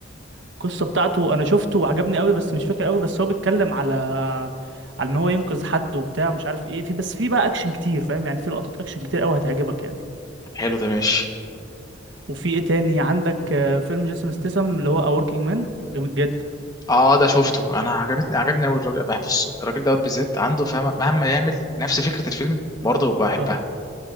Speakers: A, on the right; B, on the left.
A: القصة بتاعته انا شفته وعجبني قوي بس مش فاكر قوي بس هو بيتكلم على على ان هو ينقذ حد وبتاع مش عارف ايه في بس في بقى اكشن كتير فاهم يعني في لقطات اكشن كتير قوي هتعجبك يعني
B: حلو ده ماشي
A: وفي ايه تاني عندك آه، فيلم جيسون ستيسم اللي هو A Working Man جامد جدا
B: اه ده شفته انا عجبتني عجبني قوي الراجل بص الراجل دوت بالذات عنده فاهم مهما يعمل نفس فكره الفيلم برضه بحبها
A: اه